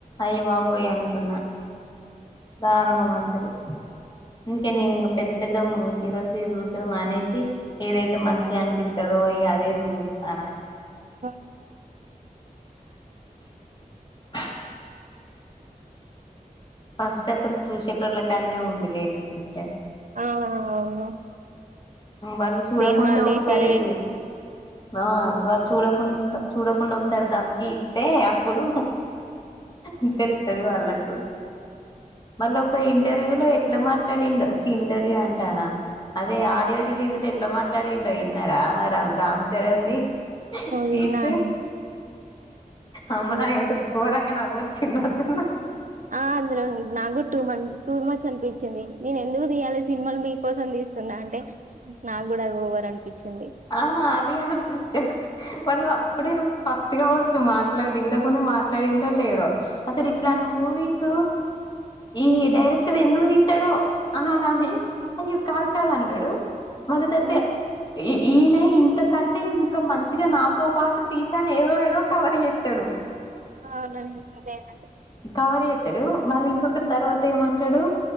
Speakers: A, on the left; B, on the right.
A: ఐబాబోయ్ అనుకున్న దారుణం అసలు ఇందుకే నేను ఇంకా పెద్ద పెద్ద హీరోస్ చూ మానేసి ఏదైతే మంచిగా అనిపితదో ఈ అదే చూరుతన
B: మ్మ్
A: అ ఫస్ట్ అసలు చూసేట వాళ్ళ కన్నే ఉంది లేండి సిస్టర్
B: ఆ అవును
A: వాళ్ళు చూడకుండా
B: సినిమాలు
A: ఒకసారి
B: తీసి
A: ఆ వాళ్ళ చూడకు చూడకుండా ఒకసారి దమ్కి ఇస్తే అప్పుడు ఉంటది వాళ్ళకు మళ్ళ ఒక ఇంటర్వ్యూ లో ఇట్లా మాట్లాడిండు చ్చి ఇంటర్వ్యూ అంటానా అదే ఆడియో రిలీజ్ లో ఎట్లా మాట్లాడిండో విన్నారా రా రామ్ చరణ్ ది స్పీచ్
B: విన్నాను
A: ఆమ్మో
B: ఉమ్.
A: నాకైతే కోరంగా నవ్ వచ్చింది అస్సలు
B: ఆ అందులో నాకు టూ మ టూ మచ్ అనిపించింది నేను ఎందుకు తీయాలి సినిమాలు మీకోసం తీస్తున్నా అంటే నాకు కూడా ఓవర్ అనిపించింది
A: ఆ అది కాదు సిస్టర్ పడుద అప్పుడే ఫస్ట్ కావచ్చు మాట్లాడుడు ఇంతకు ముందు మాట్లాడిండో లేడో అసలు ఇట్లాంటి
B: ఉమ్,
A: మూవీస్ ఈ డైరెక్టర్ ఎందుకు తెస్తాడో అన్న నీ అ కాదు కాదు అండడు మళ్ళ తతే
B: ఉమ్.
A: ఈయనే ఇంతకంటే ఇంకా మంచిగా నాతో పాటు తీసాను ఏదో ఏదో కవర్ చేస్తాడు
B: అవునందేనండి
A: కవర్ జెస్తాడు మళ్ళీ ఇంకొకటి తర్వాత ఏమంటాడు